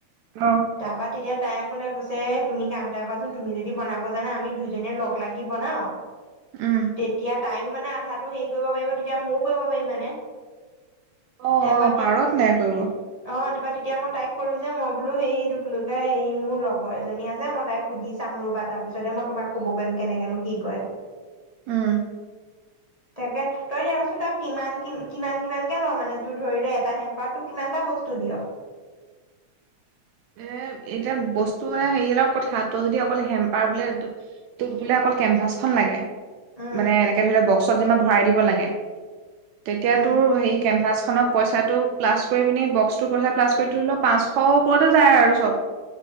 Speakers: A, on the right (about 80°); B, on the right (about 30°).
A: অ
B: তাৰপা তেতিয়া তাই কলে কৈছে তুমি কাম এটা কৰাচোন তুমি যদি বনাব জানা আমি দুই। যনে লগ লাগি বনাও
A: উম
B: তেতিয়া তাইও মানে আধা হেৰি কৰিব পাৰিব তেতিয়া ময়ও কৰিব পাৰিম মানে
A: অ
B: তাৰপা
A: অ পাৰত নাই কৰিব
B: অ তাৰপা। তেতিয়া মই তাইক ক'লো যে মই বোলো সেইটোক লোকে সেই মোৰ লগৰ এজনী আছে মই তাইক সুধি চাম ৰুবা তাৰপিছতে মই তোমাক কব পাৰিম কেনেকেনো কি কয়।
A: উম।
B: তাকে। তই দ ৰচোন তই কিমান কি কিমান কিমানকৈ ল মানে তোৰ ধৰি ল এটা হেম্পাৰ তোক কিমানটা বস্তু দিয়।
A: <inaudible> এ, এতিয়া বস্তু মানে হেৰি অলপ কথা তই যদি অকল হেম্পাৰ বোলে তটোপ বোলে অ অকল কেনভাচখনন লাগে
B: উম।
A: মানে এনেকে ধৰি লওক বক্সত যে ভৰাই দিব লাগে তেতিয়া
B: উম।
A: তোৰ হেই কেনফাচখনত পইচাটো প্লাছ কৰি পিনি বক্সটো পইচা প্লাছ কৰি তৰি লও পাঁচশ পৰতে যায় আৰু চব